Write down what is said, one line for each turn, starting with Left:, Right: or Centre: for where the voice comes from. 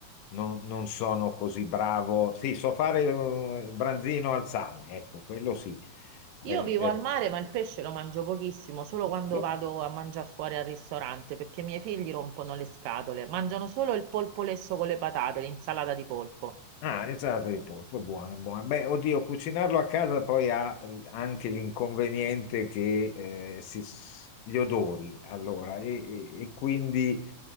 Left: non, non sono così bravo. Sì, so fare eh, il branzino al sale, ecco, quello sì.
Right: Io
Left: Eh,
Right: vivo
Left: eh.
Right: al mare, ma il pesce lo mangio pochissimo, solo quando
Left: beh,
Right: vado a mangiare fuori al ristorante, perché i miei figli rompono le scatole. Mangiano solo il polpo lesso con le patate, l'insalata di polpo.
Left: Ah, insalata di polpo, buona, buona. Beh, oddio, cucinarlo a casa poi ha eh, anche l'inconveniente che eh, si- gli odori, allora, e e- e quindi